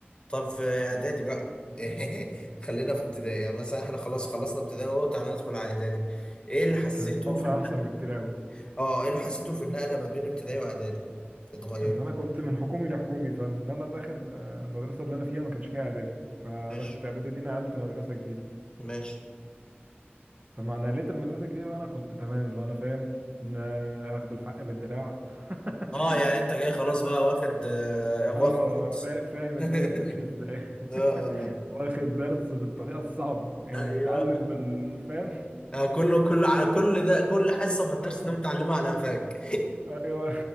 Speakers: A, on the left; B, on the right.
A: طب في اعدادي
B: نعم.
A: بقى <laughs> خلينا في ابتدائي يعني مثلا احنا خلاص خلصنا ابتدائي اهو تعالى ندخل على اعدادي ايه اللي حسيته
B: كانت فترة
A: في النقل
B: أحسن بكتير أوي
A: اه ايه اللي حسيته في النقلة ما بين ابتدائي واعدادي اتغير
B: إن
A: يعني
B: أنا كنت من حكومي لحكومي فإن أنا داخل آه، المدرسة اللي أنا فيها ما كانش فيها إعدادي فدخلت
A: ماشي
B: إعدادي دي نقلت مدرسة جديدة
A: ماشي
B: فمع نقلت المدرسة الجديدة وأنا كنت تمام اللي هو أنا فاهم إن آه، آخد الحق بالدراع <laughs>
A: اه يعني انت جاي خلاص
B: إن-
A: بقى واخد آه واخد
B: آه
A: كورس
B: فا- فاهم الدنيا
A: <laughs>
B: بتمشي إزاي
A: آه.
B: <laughs> واخد درس بالطريقة الصعبة يعني
A: ايوه
B: متعلم بالفهم
A: آه كله كله على كل ده كل حصه في الدرس
B: آه
A: ده متعلمه على قفاك
B: أيوه